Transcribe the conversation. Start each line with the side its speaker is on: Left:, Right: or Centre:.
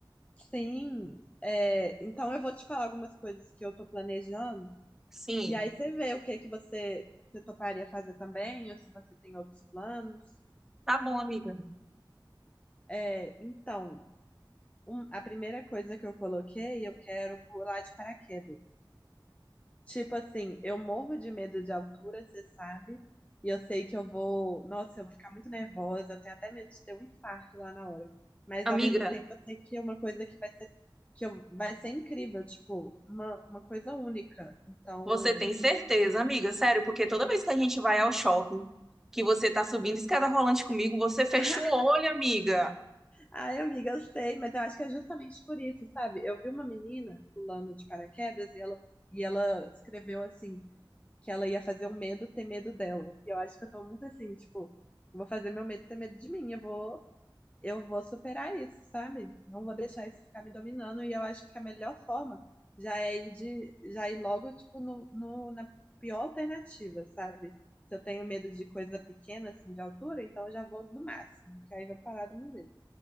Left: sim. é, então eu vou te falar algumas coisas que eu tô planejando,
Centre: Sim,
Left: e aí você vê o que que você, você toparia fazer também, ou se você tem outros planos.
Centre: tá bom, amiga.
Left: É, então, um- a primeira coisa que eu coloquei, eu quero pular de paraquedas. Tipo assim, eu morro de medo de altura, você sabe? E eu sei que eu vou. Nossa, eu vou ficar muito nervosa. Eu tenho até medo de ter um infarto lá na hora. Mas
Centre: Amiga,
Left: ao mesmo tempo, eu sei que é uma coisa que vai ser, que eu, vai ser incrível, tipo, uma, uma coisa única. Então.
Centre: você tem certeza, amiga? Sério, porque toda vez que a gente vai ao shopping, que você tá subindo escada rolante comigo, você fecha
Left: <laughs>
Centre: o olho, amiga.
Left: Ai, amiga, eu sei, mas eu acho que é justamente por isso, sabe? Eu vi uma menina pulando de paraquedas e ela, e ela escreveu assim. que ela ia fazer o medo ter medo dela. E eu acho que eu tô muito assim, tipo, eu vou fazer meu medo ter medo de mim, eu vou, eu vou superar isso, sabe? Não vou deixar isso ficar me dominando, e eu acho que a melhor forma já é ir de, já ir logo, tipo, no, no, na pior alternativa, sabe? Se eu tenho medo de coisa pequena, assim, de altura, então eu já vou no máximo, que aí vai parar de uma vez.